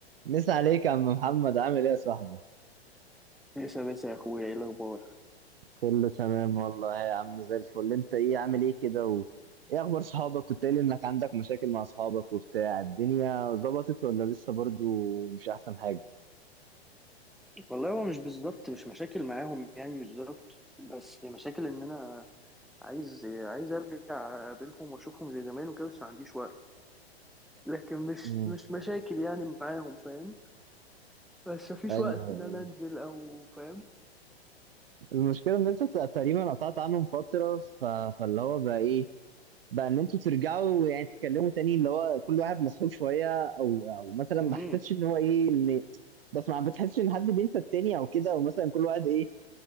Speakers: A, on the right; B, in the centre.
A: مسا عليك يا عم محمد عامل ايه يا صاحبي
B: لسه بس يا اخويا ايه الاخبار
A: كله تمام والله يا عم زي الفل انت ايه عامل ايه كده و... ايه اخبار صحابك كنت قايل انك عندك مشاكل مع صحابك وبتاع الدنيا ظبطت ولا لسه برضو مش احسن حاجة
B: والله هو مش بالظبط مش مشاكل معاهم يعني بالظبط بس مشاكل ان انا عايز عايز ارجع اقابلهم واشوفهم زي زمان وكده بس ما عنديش وقت لكن مش
A: امم
B: مش مشاكل يعني معاهم فاهم بس مفيش
A: ايوه
B: وقت ان انا انزل او فاهم
A: المشكلة ان انت ت- تقريبا قطعت عنهم فترة ف... فاللي هو بقى ايه بقى ان انتوا ترجعوا يعني تتكلموا تاني اللي هو كل واحد مسحوب شوية او او مثلا
B: امم
A: ما حسيتش ان هو ايه ان بس ما بتحسش ان حد بينسى التاني او كده او مثلا كل واحد ايه